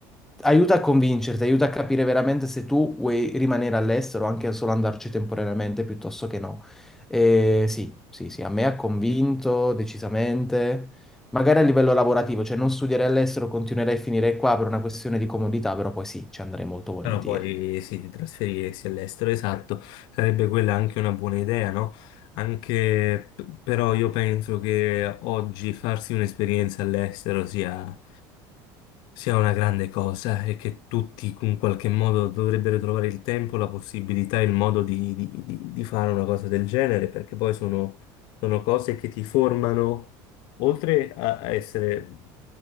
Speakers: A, in the centre; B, on the left.
A: aiuta a convincerti, aiuta a capire veramente se tu vuoi rimanere all'estero, o anche solo andarci temporaneamente piuttosto che no. E sì, sì, sì, a me ha convinto decisamente, magari a livello lavorativo, cioè non studierei all'estero, continuerei a finire qua per una questione di comodità, però poi sì, ci andrei molto volentieri.
B: Però poi sì, di trasferirsi all'estero, esatto, sarebbe quella anche una buona idea, no? Anche p- però io penso che oggi farsi un'esperienza all'estero sia, sia una grande cosa e che tutti in qualche modo dovrebbero trovare il tempo, la possibilità, il modo di, di- di- di fare una cosa del genere, perché poi sono, sono cose che ti formano oltre a a essere,